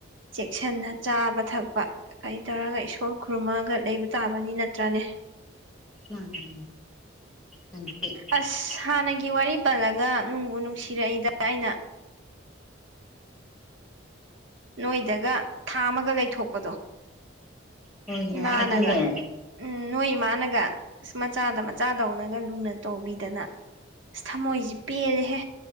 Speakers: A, on the right; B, in the centre.
A: ꯆꯦꯛꯁꯤꯟꯅ ꯆꯥꯕ ꯊꯛꯄ ꯀꯩ ꯇꯧꯔꯒ ꯏꯁꯣꯔ ꯈꯨꯔꯨꯝꯃꯒ ꯂꯩꯕ ꯇꯥꯕꯅꯤ ꯅꯠꯇ꯭ꯔꯅꯦ
B: ꯃꯥꯟꯅꯤ ꯃꯥꯟꯅꯤ <inaudible>
A: ꯑꯁ ꯍꯥꯟꯅꯒꯤ ꯋꯥꯔꯤ ꯄꯜꯂꯒ ꯅꯨꯡꯕꯨ ꯅꯨꯡꯁꯤꯔꯛꯏꯗ ꯑꯩꯅ ꯅꯣꯏꯗꯒ ꯊꯥ ꯑꯃꯒ ꯂꯩꯊꯣꯛꯄꯗꯣ
B: ꯍꯣꯏꯅꯦ
A: ꯏꯃꯥꯅꯒ
B: ꯑꯗꯨꯅꯦ
A: ꯎꯝ ꯅꯣꯏ ꯏꯃꯥꯅꯒ ꯑꯁ ꯃꯆꯥꯗ ꯃꯆꯥꯗꯧꯅꯒ ꯂꯨꯅ ꯇꯧꯕꯤꯗꯅ ꯑꯁ ꯊꯃꯣꯏꯁꯤ ꯄꯦꯜꯂꯦꯍꯦ